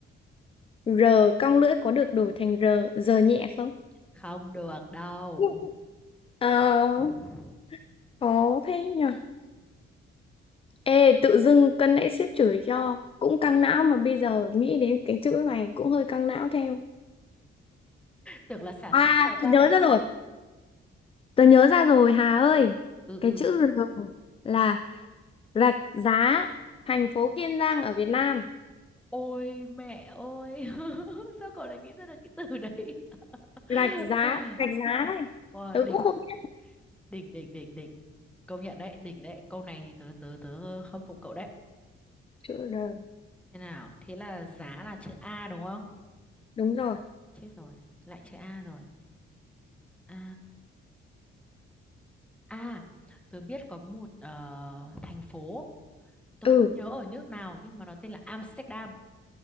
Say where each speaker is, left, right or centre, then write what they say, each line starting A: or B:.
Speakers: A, on the left; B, in the centre.
A: R cong lưỡi có được đổi thành R giờ nhẹ không
B: Không được đâu.
A: <laughs> Ờ,
B: <laughs>
A: khó thế nhở Ê, tự dưng cân nãy sếp chửi cho cũng căng não mà bây giờ nghĩ đến cái chữ này cũng hơi căng não theo.
B: Tưởng là xả
A: À,
B: stress hóa
A: tôi
B: ra
A: nhớ
B: lại...
A: ra rồi. Tôi nhớ ra rồi Hà ơi.
B: Ừ ừ.
A: Cái chữ R là rạch giá thành phố Kiên Giang ở Việt Nam.
B: Ôi mẹ ơi. <laughs> Sao cậu lại nghĩ ra được cái từ đấy? <laughs>
A: Rạch giá, rạch giá đây.
B: Wow,
A: Tớ
B: đỉnh
A: cũng không biết
B: đỉnh đỉnh đỉnh đỉnh công nhận đấy đỉnh đấy câu này thì tớ tớ tớ khâm phục cậu đấy
A: chữ R.
B: thế nào thế là giá là chữ A đúng không
A: Đúng rồi.
B: chết rồi lại chữ A rồi à à tớ biết có một ờ, thành phố tớ
A: Ừ.
B: không nhớ ở nước nào nhưng mà nó tên là Amsterdam